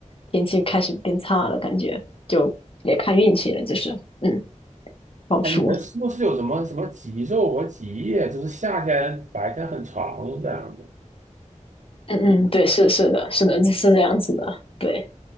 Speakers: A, on the left; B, on the right.
A: 天气开始变差了，感觉就也看运气了，就是嗯，不好说。
B: 哎，你们是不是有什么什么极昼和极夜？就是夏天白天很长是这样的，
A: 嗯嗯，对，是是的，是的，是这样子的，对，